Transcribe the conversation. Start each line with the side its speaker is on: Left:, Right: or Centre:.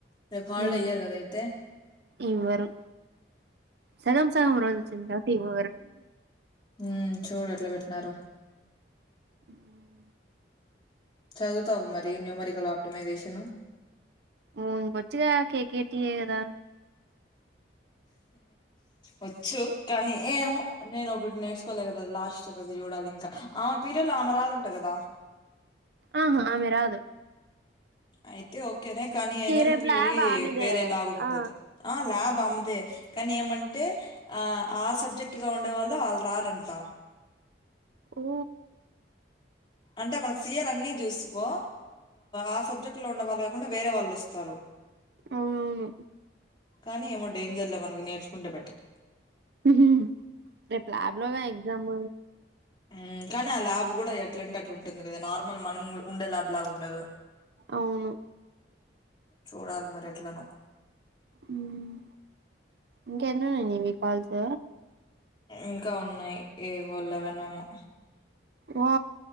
Left: రేపు హాలిడే
Right: మ్మ్
Left: ఇయ్యారు కదా అయితే
Right: ఇవ్వరు సగం సగం రోజొచ్చింది కాబట్టి ఇవ్వ
Left: హ్మ్ చూడు ఎట్లా పెట్టినరో
Right: మ్మ్
Left: చదువుతావు మరి న్యూమరికల్ అబ్ ప్టిమైజేషన్
Right: మను కొచ్చగా కే కేటి ఏ కదా
Left: వచ్చు కానీ ఏమో నేను ఒకటి నేర్చుకోలే కదా లాస్ట్ ద్ది చూడాలి ఇంకా ఆమె పీరియడ్ లో ఆమె రాదంట కదా
Right: ఆహా ఆమె రాదు
Left: ఆయితే తే ఓకేనే కానీ ఎన్ ఎల్పి
Right: రేపు ల్యాబ్ ఆమెదే
Left: వేరేలా ఉంటది
Right: ఆ
Left: ఆ ల్యాబ్ ఆమ్దే కానీ ఏమంటే ఆ ఆ సబ్జెక్ట్ గా ఉండేవాళ్ళు ఆళ్ళు రారంట
Right: ఓ
Left: అంటే మనకి సి ఆర్ అన్ని చూసుకో ఆ సబ్జెక్ట్ లో ఉండవాళ్ళు కాకుండా వేరే వాళ్ళు వస్తారు
Right: అవునవును
Left: కానీ ఏమో డేంజర్ లే మనకు నేర్చుకుంటే బెటర్
Right: హ్మ్ రేపు ల్యాబ్ లో గా ఎగ్జామ్
Left: మ్మ్ కానీ ఆ ల్యాబ్ కూడా ఎట్లంటే అట్లా ఉంటుంది కదా నార్మల్ మనం ఉండే ల్యాబ్ లాగా ఉండదు
Right: అవును
Left: చూడాలి మరి ఎట్లానో
Right: మ్మ్ ఇంకెన్నున్నాయి డి మీ కాల్స్
Left: ఇంకా ఉన్నాయి ఏవో లేవనేమో
Right: ఓ